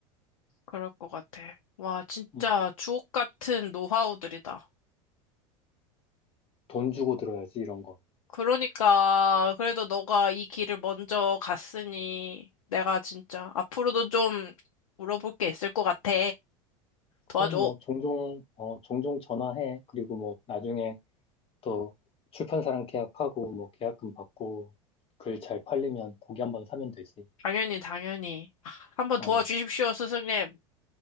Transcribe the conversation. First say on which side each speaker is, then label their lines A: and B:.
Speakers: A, on the left; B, on the left.
A: 그럴 것 같아. 와, 진짜
B: 음.
A: 주옥 같은 노하우들이다.
B: 돈 주고 들어야지 이런 건.
A: 그러니까 그래도 너가 이 길을 먼저 갔으니 내가 진짜 앞으로도 좀 물어볼 게 있을 것 같아. 도와줘.
B: 그럼 뭐 종종 어 종종 전화해. 그리고 뭐 나중에 또 출판사랑 계약하고 뭐 계약금 받고 글 잘 팔리면 고기 한 번 사면 되지.
A: 당연히, 당연히. 한번
B: 어
A: 도와주십시오, 스승님.